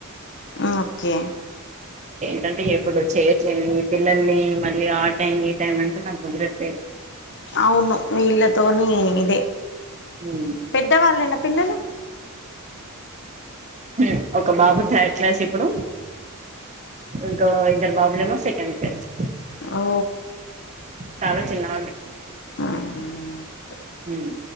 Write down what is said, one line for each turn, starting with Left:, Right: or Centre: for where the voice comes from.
Left: ఆ ఓకే
Right: ఏంటంటే ఎప్పుడు చేయట్లేను ఈ పిల్లల్ని మళ్ళీ ఆ టైం ఈ టైం అంటే నాకుదరట్లేద్
Left: అవును వీళ్ళతోని ఇదే
Right: హ్మ్.
Left: పెద్దవాళ్ళేన పిల్లలు
Right: హ్ ఒక బాబు తర్డ్క్లాస్స్ ఇప్పుడు ఇంకా ఇద్దరు బాబులేమో సెకండ్క్లాస్స్
Left: ఓ
Right: చాల చిన్నవాళ్లే
Left: ఆ
Right: ఉమ్